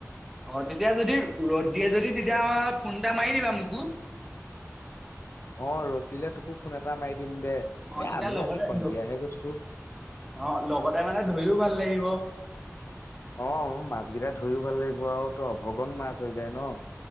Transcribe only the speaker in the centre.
অঁ তেতিয়া যদি ৰ'দ দিয়ে যদি তেতিয়া ফোন এটা মাৰি দিবা মোকো।
অঁ
তেতিয়া
লগতে
অ লগতে মানে ধৰিও ভাল লাগিব।